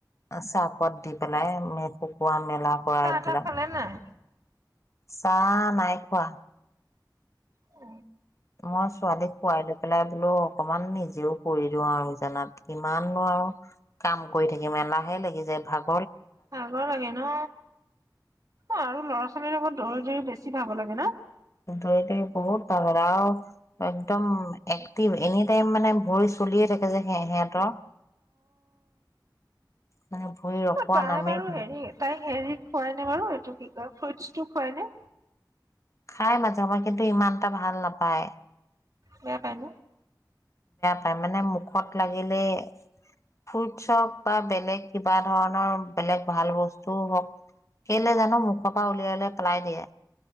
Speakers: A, on the left; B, on the right.
A: চাফৰ্ত দি পেলাই শুকোৱা মেলা।। কৰা
B: চাহ
A: এইবিলাক।
B: তাহ খালেন নাই?
A: চাহ নাই খোৱা।
B: উ,
A: মই ছোৱালীক খোৱাই লৈ পেলাই।। ময়ো অকমান নিজেও পৰি দিও আৰু বিছনাত কিমাননো আৰু কাম কৰি থাকিম এলাহে লাগি যায় ভাগ।।
B: ভাগৰ লাগে ন, আৰু ল'ৰা ছোৱালীৰ লগত।। দৈৰি দৈৰি বেছি ভাগৰ লাগে না?
A: কিন্তু এতিয়া বহুত আৰাম। একদম এক।। এনি টাইম মানে ভৰি চলিয়ে থাকে যে সে সিহঁতৰ। মানে ভৰি ৰখোৱা
B: অ তাই
A: নামেই
B: বাৰু
A: নাই
B: হেৰি তাই হেৰি খোৱাই নে বাৰু এইটো কি কয়।। ফুটৰ্চটো খোৱাই নে?
A: খাই মাজে মাজে দেই ইমান টা ভাল নাপায়।
B: বেয়া পাই ন,
A: তাই মানে মোক, মুখত লাগিলে ফ্ৰুট হওক বা বেলেগ কিবা ধৰণৰ মুখত লাগিলে ফুৰৰ্টচ হক বা বেলেগ কিবা ধৰণৰ বেলেগ ভাল বস্তু হওক কেলে জানো মুখৰ পৰা উলিয়াই উলিয়াই পেলাই দিয়ে।